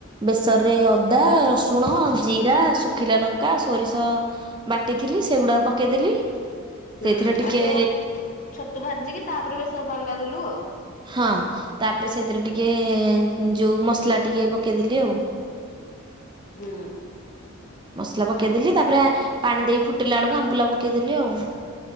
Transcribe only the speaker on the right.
ବେସର ରେ ଅଦା, ରସୁଣ, ଜିରା, ଶୁଖିଲା ଲଙ୍କା, ସୋରିଷ ବାଟିଥିଲି ସେଗୁଡା ପକେଇଦେଲି ସେଇଥିରେ
ଟିକେ
ହଁ ତାପରେ ସେଇଥିରେ ଟିକେ ଯୋଉ ମସଲା ଟିକେ ପକେଇଦେଲି ଆଉ।
ମସଲା ପକେଇଦେଲି ତାପରେ ପାଣି ଦେଇ ଫୁଟିଲା ବେଳକୁ ଆମ୍ବୁଲା ପକେଇଦେଲି ଆଉ।